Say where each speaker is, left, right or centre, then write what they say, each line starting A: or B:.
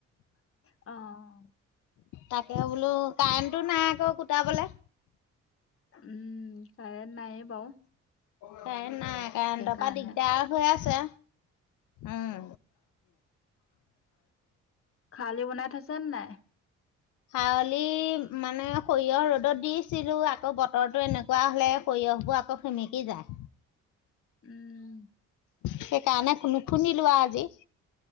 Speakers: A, on the left; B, on the left.
A: অঁ
B: তাকে বোলো কাৰেণ্টটো নাই আকৌ কুটাবলে।
A: উম 'কাৰেণ্ট নাই বাৰু।
B: কাৰেণ্ট নাই কাৰেণ্টৰ
A: সেইকাৰণে
B: পৰা দিগদাৰ হৈ আছে। উম
A: খাৱলি বনাই থৈছে নে নাই?
B: খাৱলি মানে সৰিয়হ ৰ'দত দিছিলো আকৌ বতৰটো এনেকুৱা হলে সৰিয়হ- বোৰ আকৌ সেমেকি যায়।
A: উম।
B: সেইকাৰণে নুশুনিলোঁ আজি।